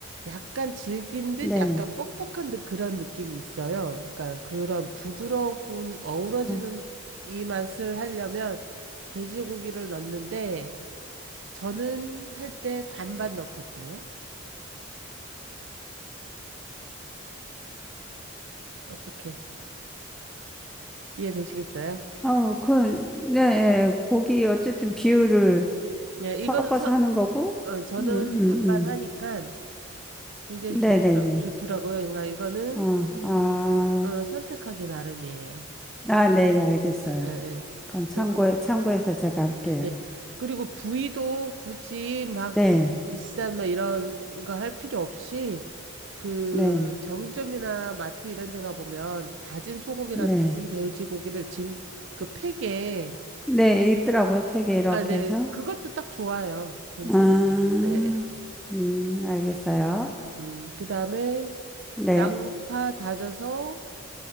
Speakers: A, on the right; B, in the centre.
A: 약간 질긴 듯
B: 네.
A: 약간 뻑뻑한 듯 그런 느낌이 있어요. 그러니까 그런 부드러운 어우러지는
B: 어,
A: 이 맛을 하려면 돼지고기를 넣는데 저는 할 때 반반 넣거든요. 어떻게 이해되시겠어요?
B: 어, 그, 네, 예. 고기 어쨌든 비율을
A: 네,
B: 섞어서
A: 이거는 선,
B: 하는 거고,
A: 어, 저는
B: 음, 음,
A: 반반
B: 음.
A: 하니까 굉장히 좋더라,
B: 네네네.
A: 좋더라고요. 그러니까 이거는
B: 어, 아,
A: 어, 선택하기 나름이에요.
B: 아, 네네, 알겠어요.
A: 에, 에, 에.
B: 그건 참고해,
A: 그리고
B: 참고해서 제가 할게요.
A: 네. 그리고 부위도 굳이 막
B: 네,
A: 조, 비싼 막 이런 거 할 필요 없이 그
B: 네,
A: 정육점이나 마트 이런 데가 보면 다진 소고기랑
B: 네.
A: 다진 돼지 고기를 진 그 팩에
B: 네, 있더라고요. 팩에 이렇게
A: 아, 네.
B: 해서.
A: 그것도 딱 좋아요. 괜찮아요.
B: 아,
A: 에, 에, 에.
B: 음, 알겠어요.
A: 음, 그다음에
B: 네.
A: 양파 다져서